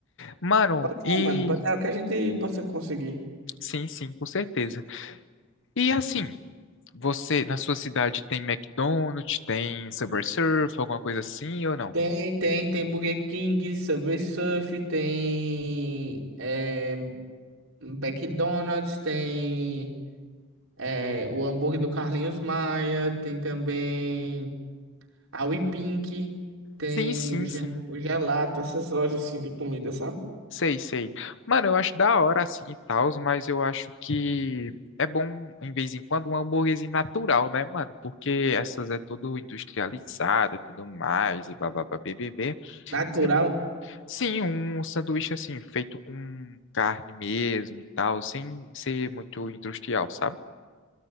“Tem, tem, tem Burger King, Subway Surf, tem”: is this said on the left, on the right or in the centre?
Right